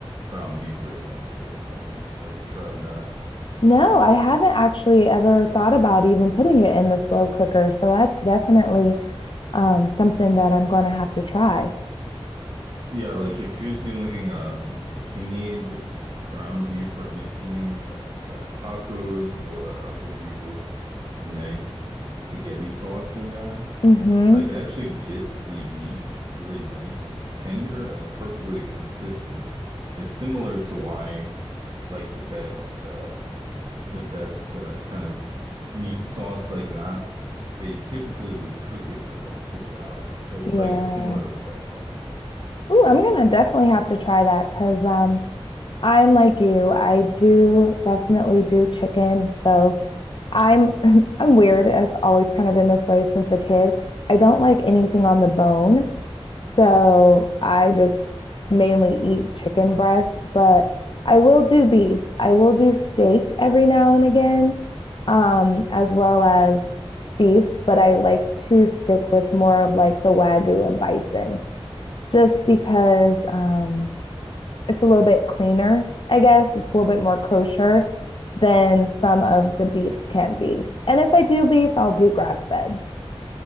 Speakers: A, on the right; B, on the left.
A: ground beef very nicely. I don't know if you've ever tried that.
B: No, I haven't actually ever thought about even putting it in the slow cooker. So that's definitely um, something that I'm going to have to try.
A: Yeah, like if you're doing um if you need ground beef or anything like uh, tacos or also do a nice spaghetti sauce in there.
B: Mm-hmm.
A: Like it actually gets the meat really nice and tender and perfectly consistent. It's similar to why like the best uh the best uh, kind of meat sauce like that, they typically would cook it for like six hours. So it's
B: Yeah.
A: like a similar effect on it.
B: Ooh, I'm going to definitely have to try that because um, I'm like you. I do definitely do chicken. So I'm <laughs> I'm weird. I've always kind of been this way since a kid. I don't like anything on the bone. So I just mainly eat chicken breast, but I will do beef. I will do steak every now and again, um, as well as beef, but I like to stick with more of like the Wagyu and bison just because um it's a little bit cleaner, I guess. It's a little bit more kosher than some of the beefs can be. And if I do beef, I'll do grass fed.